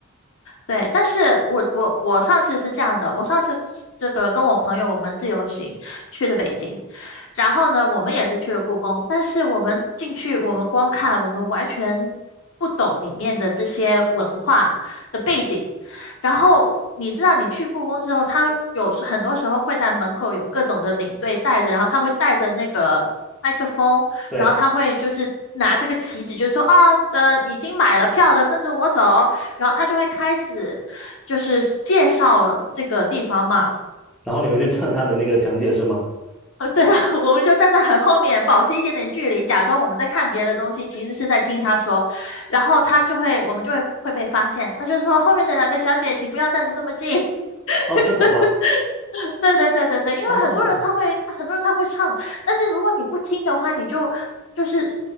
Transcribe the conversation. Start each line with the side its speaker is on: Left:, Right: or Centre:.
Left: 对，但是我我我上次是这样的，我上次是这个跟我朋友我们自由行去的北京，然后呢，我们也是去了故宫，但是我们进去，我们光看，我们完全不懂里面的这些文化的背景。然后你知道，你去故宫之后，他有时很多时候会在门口有各种的领队带着，然后他会带着那个麦克风，
Centre: 对。
Left: 然后他会就是拿这个旗子，就是说啊，呃，已经买了票的跟着我走，然后他就会开始就是介绍这个地方嘛。<laughs>
Centre: 然后你们去蹭他的那个讲解是吗？
Left: 呃，对的，<laughs> 我们就站在很后面，保持一点点距离，假装我们在看别的东西，其实是在听他说。然后他就会，我们就会会被发现。他就说后面的两个小姐，请不要站着这么近。
Centre: 哦，真的吗？
Left: <laughs> 对对对对对，因为很多人他会，
Centre: 哦，
Left: 很多人他会唱，但是如果你不听的话，你就就是